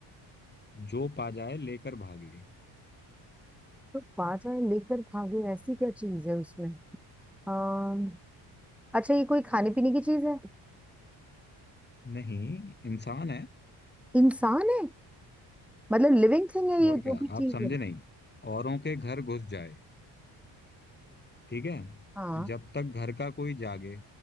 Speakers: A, on the left; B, in the centre.
A: जो पा जाए लेकर भागे
B: तो पा जाए लेकर भागे ऐसी क्या चीज है उसमें अम, अच्छा ये कोई खाने पीने की चीज है
A: नहीं इंसान है
B: इंसान है मतलब लिविंग थिंग है ये
A: और
B: जो
A: क्या
B: भी चीज
A: आप समझे
B: है
A: नहीं औरों के घर घुस जाए ठीक है
B: हाँ
A: जब तक घर का कोई जागे